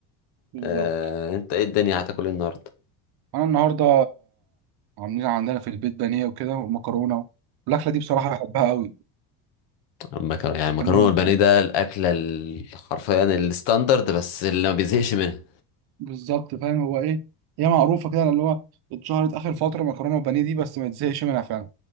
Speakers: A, on the right (about 55°); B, on the left (about 65°).
A: بالظبط
B: آه، انت ايه الدنيا هتاكل ايه النهارده
A: انا النهارده عاملين عندنا في البيت بانيه وكده ومكرونه والاكله دي بصراحه بحبها قوي
B: المكرونه يعني المكرونه
A: بانيه
B: والبانيه ده الاكله ال- حرفيا الستاندرد بس اللي ما بيزهقش منها
A: بالظبط فاهم هو ايه هي معروفه كده اللي هو اتشهرت اخر فتره مكرونه وبانيه دي بس ما تزهقش منها فعلا